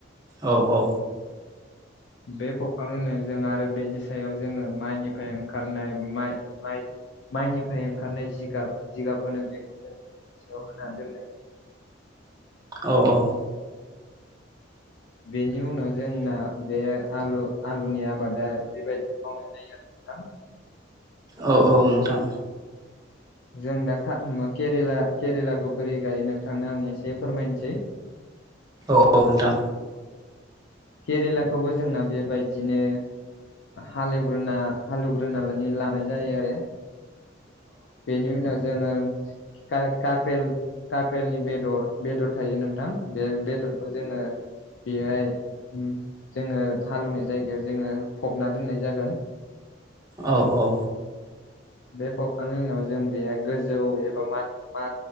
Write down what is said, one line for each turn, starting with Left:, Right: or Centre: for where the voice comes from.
Right: औ औ।
Left: बे फबखांनायनि उनाव आरो बेनि सायाव जोंङो माइनिफ्राय ओंखारनायाइ माइ माइनिफ्राय ओंखारनाय जिगाब जिगाब होनो बेखौ जों थियाव होना दोननायनि
Right: औ औ।
Left: बेनि उनाव जोंना बे आलु आलुनि आबादा बेबायदि मावनाय जायो आरो थां।
Right: औ औ नोंथां।
Left: जों दा खा मो केरेला केरेलाखौ बोरै गायो नोंथांनो आं एसे फोरमायनोसै।
Right: औ औ नोंथां।
Left: केरेलाखौबो जोंना बेबायदिनो हालेवग्रोना हालेवग्रोनानै लै लानाय जायो आरो। बेनि उनाव जोङो का काक्रेल काक्रेलनि बेदर बेदर थायो नोंथां बे बेदरखौ जों ओ बेहाय उम जोङो हालौवनाय जायगायाव जोङो फबना दोननाय जागोन।
Right: औ औ।
Left: बे फबखांनायनि उनाव जों बे गोजौ एबा मा मा